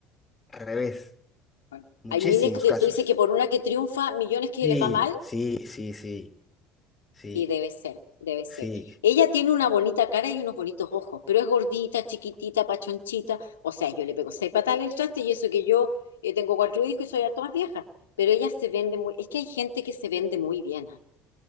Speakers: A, on the left; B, on the left.
A: al revés,
B: Bueno,
A: muchísimos
B: Hay miles que,
A: casos.
B: tú dices que por una que triunfa, millones que
A: Sí,
B: les va mal,
A: sí, sí, sí, sí,
B: Sí, debe ser, debe ser.
A: sí,
B: Ella tiene una bonita cara y unos bonitos ojos, pero es gordita, chiquitita, pachonchita. O sea, yo le pego seis patadas al traste y eso que yo eh, tengo cuatro hijos y soy harto más vieja. Pero ella se vende muy, es que hay gente que se vende muy bien. ¿ah?